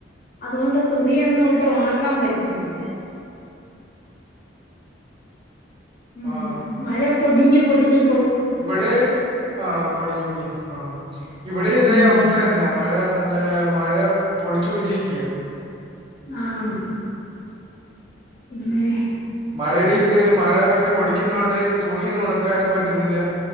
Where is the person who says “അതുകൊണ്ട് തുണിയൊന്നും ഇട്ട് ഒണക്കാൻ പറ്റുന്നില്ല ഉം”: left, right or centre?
Left